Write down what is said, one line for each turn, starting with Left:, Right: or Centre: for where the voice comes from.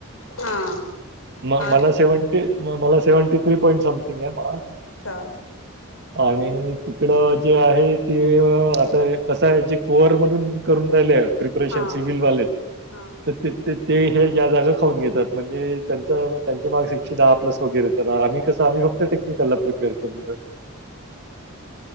Left: हा
Right: म
Left: हा
Right: मला मला सेव्हटी थ्री पॉंट समथिंग आहे.
Left: अच्छा
Right: आणि तिकडं जे आहे. ते आता कसं आहे, जे कोअर मधून करून रायले प्रिपरेशन
Left: हा
Right: सिवलवाले
Left: हा हा
Right: तर ते ते हे ज्या जागा खाऊन घेतात म्हणजे त्यांच तुमचे मार्क कसं एकशे दहा प्लस करा आम्ही कर फक्त टेक्निकल ला प्रिपेयर करून जातो.
Left: अच्छा